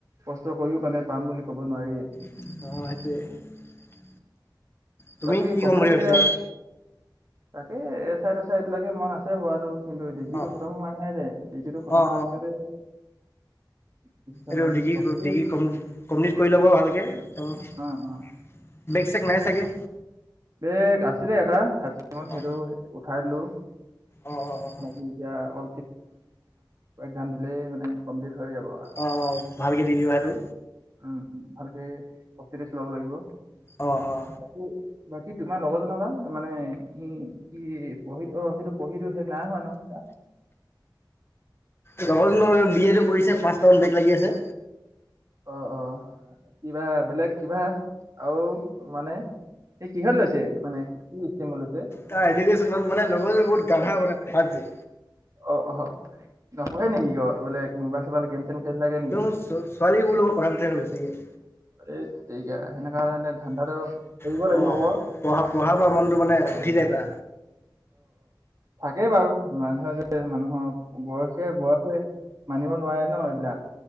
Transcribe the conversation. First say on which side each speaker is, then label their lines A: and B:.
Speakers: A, on the right; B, on the left.
A: কষ্ট কৰিও মানে পাম বুলি কব নোৱাৰি এই
B: অহ সেইটোৱে তুমি
A: বাকী
B: কি
A: কম্পিউটাৰ
B: হ'ম বুলি
A: চাবিউটাৰ
B: ভাবিছা
A: তাকে এ চাই তেচাই এইবিলাকে মন আছে হোৱাতটো কিন্তু ডিগ্ৰীটো
B: অঁ
A: খতম হোৱা নাই যে ডিগ্ৰীটো খতম
B: অঁ
A: হোৱাৰ পিছতে ডিচিশ্যন
B: এই
A: ল'ম
B: ডিগ্ৰী
A: প্ৰস্তুতি
B: ডিগ্ৰী কমপ্লিট কৰি ল'ব ভালকৈ এক
A: অ', অ',
B: বেগ চেক নাই চাগে।
A: বেগ আছিলে এটাাত সেইটো
B: অঁ
A: উঠাই দিলো।
B: অঁ অঁ অঁ
A: এতিয়া অ ফাম দিলেই মানে কমপ্লিট হৈ যাব আৰু
B: অঁ ভালকে দিবি বা সেইটো
A: উম, ভালকে প্ৰস্তুতি চলাব লাগিব।
B: অঁ অ
A: বাকী বাকী তোমাৰ লগৰ জনৰ কা মানে সি কি পঢ়ি অ সেইটো পঢ়িটো শেষ নাই হোৱা ন। <unintelligible>
B: লগৰ জনৰ বি এ টো কৰি আছে পাঁচটা মান বেগ লাগি আছে।
A: অ অ কিবা বেলেগ কিবা আৰু মানে এই কিহত লৈছে মানে কি? ষ্টিমত লৈছে
B: তাৰ এডুকেশ্বন মানে লগৰ জন বহুত গাধা মানে পঢ়াত যে,
A: অ অ নপঢ়ে নেকি ক বোলে মোবাইল চোবাইল গেম চেম খেলি থাকে নেকি
B: ছোৱালীবোৰৰ লগত কথা পাতি থাকে বেছিকে
A: এই তেৰিকা সেনকা হলে মানে ধানদাটো কৰিবব
B: অ',
A: লাগিব ক
B: পঢ়া পঢ়াৰ পৰা মনটো মানে উঠি যায় টা
A: থাকেই বাৰু মানুহৰ যে মানুহৰ বয়সে বয়সে মানিব নোৱাৰে ন এইবিলাক